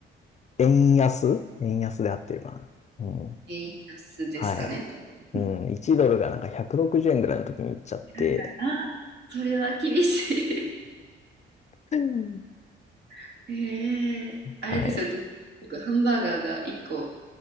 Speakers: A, on the left; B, on the right.
A: 円安円安で合ってるかなうん。
B: 円安ですかね。
A: はい。
B: 多分
A: うん。1ドルがなんか160円ぐらいの時に行っちゃって、
B: はいはい。あ、それは厳しい。
A: うん
B: <laughs> ええ、あれですよね。
A: はい。
B: 僕ハンバーガーが1個